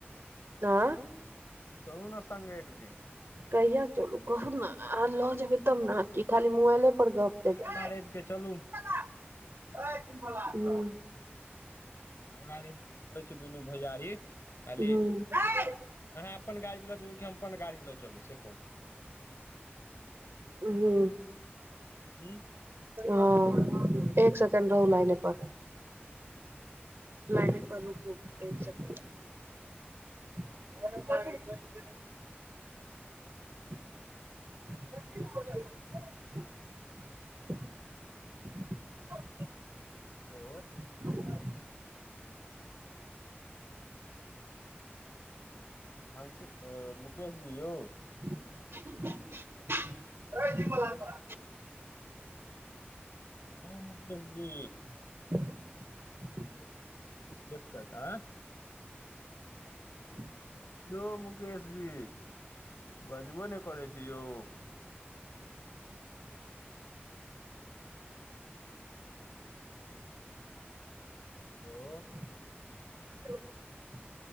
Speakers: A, on the right (about 70°); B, on the left (about 85°).
A: आँ?
B: अहुं चलूने सङगे एक दिन
A: कहिया चलू कहू न अहांँ ल जेबै तब न की खाली मोबाइले पर
B: चलूने
A: गप देबै
B: अगिला रबिक चलू
A: <unintelligible>
B: अगिला रबिक चलै छी दुनू भैयारी। खाली
A: हूं। <unintelligible>
B: अहाँ अपन गाड़ी ल जेबै कि हम अपन गाड़ी ल चलू से कहू
A: <inaudible> हुं।
B: हूँ
A: हं <inaudible> एक सेकंड रहू लाइने पर। लाइने पर रुकू एक सेकेंड <unintelligible> <unintelligible> <inaudible>
B: हेलो।
A: ह
B: मानसु अ मुकेशजी यौ।
A: <unintelligible>
B: हँ मुकेेश जी
A: <inaudible>
B: पुष्कर आँ -
A: <inaudible>
B: यौ मुकेश जी बजबो ने करै छी, यौ। हेलो
A: <inaudible>